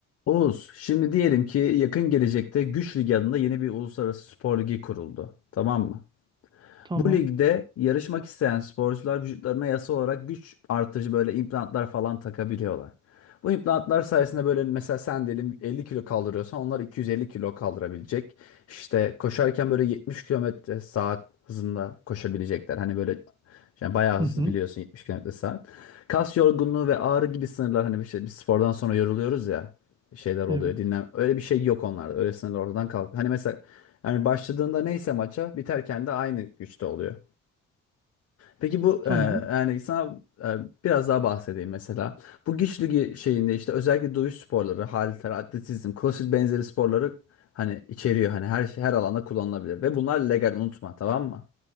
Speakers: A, on the left; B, on the right.
A: Oğuz, şimdi diyelim ki yakın gelecekte Güç Ligi adında yeni bir uluslararası spor ligi kuruldu. Tamam mı?
B: Tamam.
A: Bu ligde yarışmak isteyen sporcular vücutlarına yasa olarak güç artıcı böyle implantlar falan takabiliyorlar. Bu implantlar sayesinde böyle mesela sen diyelim 50 kilo kaldırıyorsan onlar 250 kilo kaldırabilecek. İşte koşarken böyle 70 kilometre saat hızında koşabilecekler. Hani böyle yani bayağı hızlı
B: Hı hı.
A: biliyorsun 70 kilometre saat. Kas yorgunluğu ve ağrı gibi sınırlar hani işte biz spordan sonra yoruluyoruz ya şeyler oluyor
B: Evet.
A: dinlen. Öyle bir şey yok onlarda. Öyle sınırlar ortadan kalkıyor. Hani mesela yani başladığında neyse maça biterken de aynı güçte oluyor. Peki bu
B: Tamam.
A: e, yani sana e, biraz daha bahsedeyim mesela. Bu güç ligi şeyinde işte özellikle dövüş sporları, halter, atletizm, crossfit benzeri sporları hani içeriyor. Hani her şey, her alanda kullanılabilir ve bunlar legal unutma tamam mı?